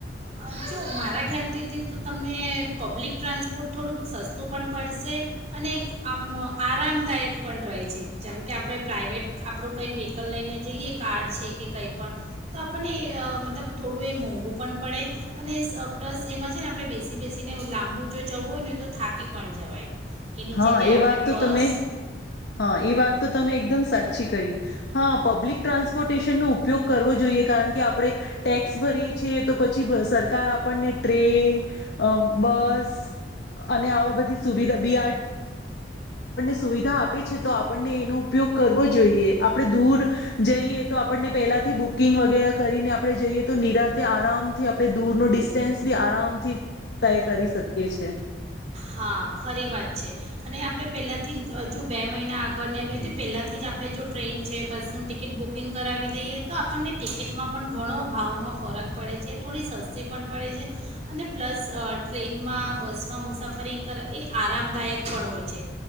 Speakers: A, on the right; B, on the left.
A: અ, જો મારા ખ્યાલથીથી તો તમને પબ્લિક ટ્રાન્સપોર્ટ થોડુંક સસ્તું પણ પડશે, અને આમ આરામદાયક પણ રહે છે, જેમ કે આપણે પ્રાઇવેટ આપણું કંઈ વ્હીકલ લઈને જઈએ કાર છે કે કંઈ પણ, તો આપણને મતલબ થોડું એ મોંઘું પણ પડે. અને પ્લસ એમાં છે ને આપણે બેસી બેસીને લાંબુ જો જવું હોય ને તો થાકી પણ જવાય. એની
B: હા
A: જગ્યાએ
B: એ
A: આપણે
B: વાત તો
A: બસ
B: તમે હા એ વાત તો તમે એકદમ સાચી કહી, હા પબ્લિક ટ્રાન્સપોર્ટેશનનો ઉપયોગ કરવો જોઈએ કારણ કે આપણે, ટેક્સ ભરીએ છીએ તો પછી સ કાર ટ્રેન, બસ, અને આવા બધી સુવિધા બ સુવિધા આપે છે તો આપણને એનો ઉપયોગ કરવો જોઈએ આપણે દૂર, જઈએ તો આપણને પેલાથી બુકિંગ વગેરે કરીને આપણે જઈએ તો નિરાતે આરામથી આપણે દૂરનો ડિસ્ટન્સ બી આરામથી તય કરી શકીએ છે.
A: હા ખરી વાત છે, અને આપણે પહેલાંથી જ જો બે મહિના આગળને એવી રીતે પહેલાંથી જ આપણે જો ટ્રેન છે બસનું ટિકિટ બુકિંગ કરાવી દઈએ તો આપણને ટિકિટમાં પણ ઘણો ભાવમાં ફરક પડે છે થોડી સસ્તી પણ પડે છે, અને પ્લસ ટ્રેનમાં બસમાં મુસાફર ફરી કરર એ આરામદાયક પણ હોય છે.